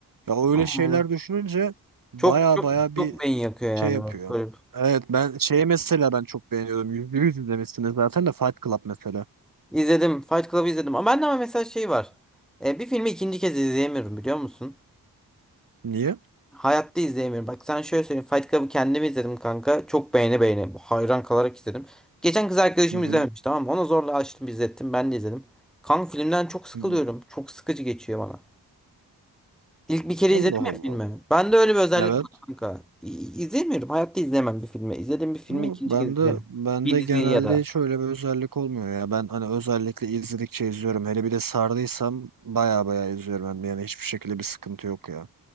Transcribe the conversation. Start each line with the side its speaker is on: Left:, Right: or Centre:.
Right: Ya öyle
Centre: Hmm.
Right: şeyler düşününce baya
Centre: Çok çok
Right: baya
Centre: çok
Right: bir
Centre: beyin yakıyor yani.
Right: şey yapıyor.
Centre: bu Böyle.
Right: Evet ben şeyi mesela ben çok beğeniyorum. Yüzde yüz izlemişsiniz zaten de Fight Club mesela.
Centre: İzledim. Fight Club'ı izledim. Ama bende ama mesela şey var. E, bir filmi ikinci kez izleyemiyorum biliyor musun?
Right: Niye?
Centre: Hayatta izleyemiyorum. Bak sen şöyle söyleyeyim. Fight Club'ı kendim izledim kanka. Çok beğene beğene. Hayran kalarak izledim. Geçen kız arkadaşım
Right: Hı hı.
Centre: izlememiş tamam mı? Ona zorla açtım izlettim. Ben de izledim. Kanka filmden çok sıkılıyorum.
Right: Hı.
Centre: Çok sıkıcı geçiyor bana. İlk bir kere
Right: Allah
Centre: izledim
Right: Allah.
Centre: ya filmi. Ben de öyle bir özellik
Right: Evet.
Centre: var kanka. İ- İzlemiyorum. Hayatta izlemem bir filmi. İzlediğim bir filmi
Right: Yok,
Centre: ikinci
Right: bende
Centre: kez izlemem.
Right: bende
Centre: Bir diziyi
Right: genelde
Centre: ya da.
Right: hiç öyle bir özellik olmuyor ya. Ben hani özellikle izledikçe izliyorum. Hele bir de sardıysam baya baya izliyorum. hem de. Yani hiçbir şekilde bir sıkıntı yok ya.